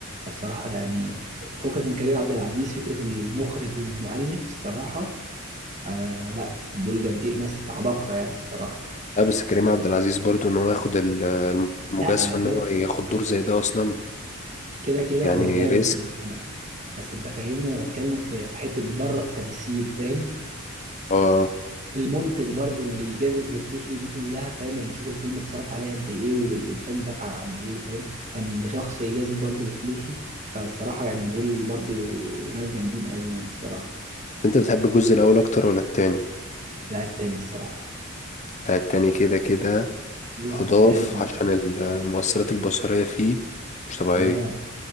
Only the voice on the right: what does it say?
فالصراحة يعني فكك من كريم عبد العزيز فكرة المخرج والمؤلف الصراحة آه لا دول جامدين ناس عباقرة يعني الصراحة
لا كده
كده كده
هو جامد
بس انت فاهمني انا بتكلم في حتة بره التمثيل فاهم
المنتج برضو اللي جازف بفلوسه دي كلها فاهم اللي شوف الفيلم اتصرف عليه قد ايه والانتاج دفع قد ايه فاهم فان شخص يجازف برضو بفلوسه فالصراحة يعني دول برضو ناس جامدين قوي يعني الصراحة
لا التاني الصراحة
لا
التاني
اه